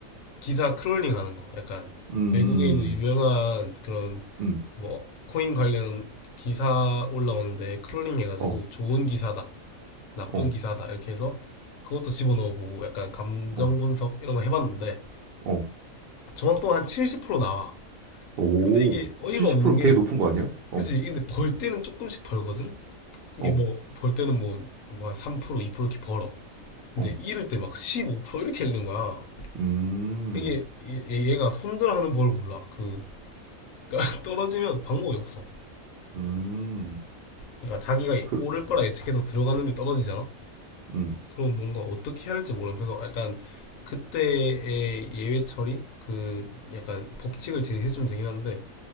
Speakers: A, on the left (about 75°); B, on the right (about 60°).
A: 기사 크롤링 하는 거. 약간
B: 음,
A: 외국에 있는 유명한
B: 음,
A: 그런
B: 음.
A: 뭐 코인 관련 기사 올라오는데 크롤링 해가지고
B: 어,
A: 좋은 기사다, 나쁜
B: 어,
A: 기사다 이렇게 해서 그것도 집어넣어 보고 약간 감정
B: 어,
A: 분석 이런 거 해봤는데
B: 어.
A: 정확도가 한 70% 나와.
B: 오,
A: 근데 이게 어이가
B: 70%면
A: 없는 게
B: 되게 높은 거 아니야? 어,
A: 그지? 근데 벌 때는 조금씩 벌거든? 이게
B: 어,
A: 뭐 벌 때는 뭐 뭐 한 3% 2% 이렇게 벌어. 근데
B: 어.
A: 잃을 때 막 15% 이렇게 잃는 거야.
B: 음.
A: 이게 얘- 얘가 손절하는 법을 몰라. 그 그러니까 <laughs> 떨어지면 방법이 없어.
B: 음,
A: 그러니까 자기가
B: 그,
A: 오를 거라 예측해서 들어갔는데 떨어지잖아.
B: 음,
A: 그럼 뭔가 어떻게 해야 할지 모르는 그래서 약간 그때의 예외 처리 그 약간 법칙을 제시해 주면 되긴 한데